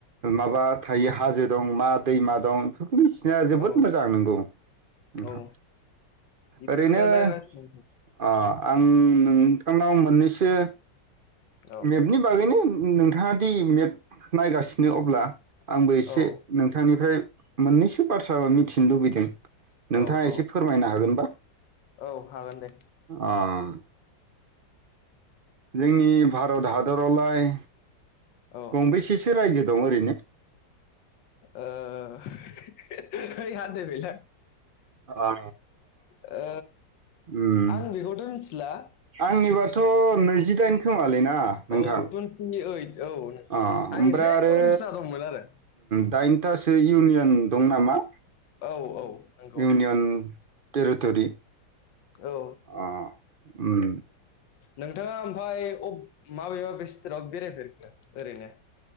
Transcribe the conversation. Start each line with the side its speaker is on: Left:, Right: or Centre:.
Right: माबा थायो हाजो दं मा दैमा दं बेफोरखौ मिथिनाया जोबोद
Left: औ
Right: मोजां नंगौ नोंथां
Left: औ इफोरखौनो
Right: ओरैनो ओ
Left: नायगासिनो
Right: आं नोंथांनाव मोननैसो
Left: औ
Right: मेपनि बागैनो नोंथाङा दि मेप नायगासिनो अब्ला आंबो एसे
Left: औ
Right: नोंथांनिफ्राय मोननैसो बाथ्राबो मिथिनो लुबैदों नोंथाङा
Left: औ
Right: एसे
Left: औ
Right: फोरमायनो हागोनबा
Left: औ हागोन दे
Right: अ आ <inaudible> जोंनि भारत हादरावलाय
Left: औ
Right: गंबेसेसो रायजो दं ओरैनो
Left: आ ह <inaudible> गं से
Right: अ
Left: आ
Right: उम
Left: आं बेखौथ' मिथिला
Right: आंनिबाथ' नैजिदाइन खोमालै ना नोंथां
Left: ओ औ टुइन्टिओइट औ नंगौ
Right: अ
Left: आं
Right: ओमफ्राय
Left: एसे
Right: आरो
Left: कनफिउस जानादंमोन आरो
Right: दाइनथासो इउनियन दं नामा
Left: औ औ नंगौ
Right: इउनियन टेरिट'रि
Left: औ
Right: अ उम
Left: नोंथाङा ओमफ्राय अप माबे माबे स्टेटाव बेरायफेरखो ओरैनो